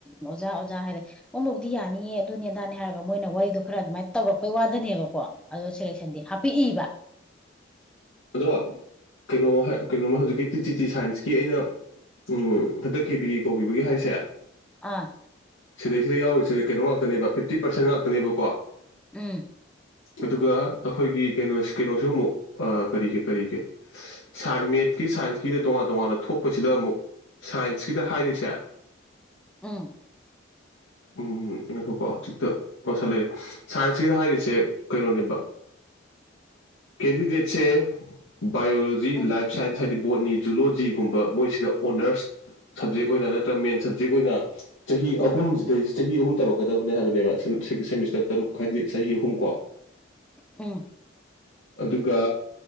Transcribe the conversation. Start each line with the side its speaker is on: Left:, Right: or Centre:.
Centre: ꯑꯣꯖꯥ ꯑꯣꯖꯥ ꯍꯥꯏꯔ ꯑꯣꯟꯕꯕꯨꯗꯤ ꯌꯥꯅꯤꯌꯦ ꯑꯗꯨꯅꯤ ꯑꯗꯥꯅꯦ ꯍꯥꯏꯔꯒ ꯃꯣꯏꯅ ꯋꯥꯔꯤꯗꯣ ꯈꯔ ꯑꯗꯨꯃꯥꯏꯅ ꯇꯧꯔꯛꯄꯩ ꯋꯥꯗꯅꯦꯕ ꯀꯣ ꯑꯗꯣ ꯁꯦꯂꯦꯛꯁꯟꯗꯤ ꯍꯥꯄ ꯏꯕ
Left: ꯑꯗꯣ ꯀꯩꯅꯣ ꯀꯩꯅꯣꯃ ꯍꯖꯤꯀꯤ ꯇꯤ ꯆꯤ ꯇꯤ ꯁꯥꯏꯟꯁꯀꯤ ꯑꯩꯅ ꯎ ꯍꯟꯗꯛ ꯀꯦꯕꯤ ꯀꯧꯒꯤꯕꯒꯤ ꯍꯥꯏꯁꯦ
Centre: ꯑꯥ
Left: ꯁꯤꯗꯩꯁꯤꯗ ꯌꯥꯎꯔꯤꯁꯦ ꯀꯩꯅꯣ ꯉꯥꯛꯇꯅꯦꯕ ꯐꯤꯞꯇꯤ ꯄꯥꯔꯁꯦꯟ ꯉꯥꯛꯇꯅꯦꯕꯀꯣ
Centre: ꯎꯝ
Left: ꯑꯗꯨꯒ ꯑꯈꯣꯏꯒꯤ ꯀꯩꯅꯣ ꯀꯩꯅꯣꯁꯨ ꯑꯃꯨꯛ ꯀꯔꯤꯒꯤ ꯀꯔꯤꯒꯤ ꯁꯥꯟ ꯃꯦꯠꯀꯤ ꯁꯥꯏꯟꯁꯀꯤꯅ ꯇꯣꯉꯥꯟ ꯇꯣꯉꯥꯟꯅ ꯊꯣꯛꯄꯁꯤꯗ ꯑꯃꯨꯛ ꯁꯥꯏꯟꯁꯀꯤꯗ ꯍꯥꯏꯔꯤꯁꯦ
Centre: ꯑꯪ
Left: ꯎꯝ ꯉꯥꯏꯈꯣꯀꯣ ꯍꯧꯖꯤꯛꯇ ꯑꯣꯁꯤ ꯂꯩꯔꯦ ꯁꯥꯏꯟꯁꯀꯤꯗ ꯍꯥꯏꯔꯤꯁꯦ ꯀꯩꯅꯣꯅꯦꯕ ꯀꯦꯟꯗꯤꯗꯦꯠꯁꯦ ꯕꯥꯌꯣꯂꯣꯖꯤ
Centre: ꯎꯝ
Left: ꯂꯥꯏꯐ ꯁꯥꯏꯟꯁ ꯍꯥꯏꯗꯤ ꯕꯣꯠꯅꯤ ꯖꯨꯂꯣꯖꯤꯒꯨꯝꯕ ꯃꯣꯏꯁꯤꯅ ꯑꯣꯅꯔꯁ ꯁꯕꯖꯦꯛ ꯑꯣꯏꯅ ꯅꯠꯇ꯭ꯔ ꯃꯦꯟ ꯁꯕꯖꯦꯛ ꯑꯣꯏꯅ ꯆꯍꯤ ꯑꯍꯨꯝꯁꯤꯗꯩꯁꯤ ꯆꯍꯤ ꯑꯍꯨꯝ ꯇꯝꯂꯃꯛꯀꯗꯕꯅꯦ ꯍꯥꯏꯕꯅꯦꯕ ꯁꯦꯃꯤꯁꯇꯔ ꯇꯔꯨꯛ ꯍꯥꯏꯗꯤ ꯆꯍꯤ ꯑꯍꯨꯝ ꯀꯣ
Centre: ꯎꯝ
Left: ꯑꯗꯨꯒ